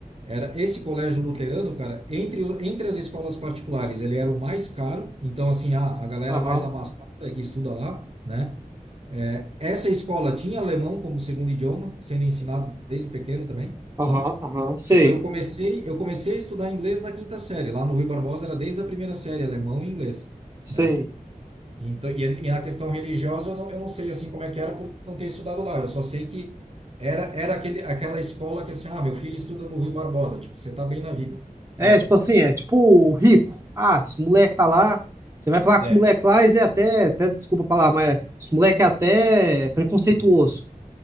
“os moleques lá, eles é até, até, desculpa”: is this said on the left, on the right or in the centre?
Right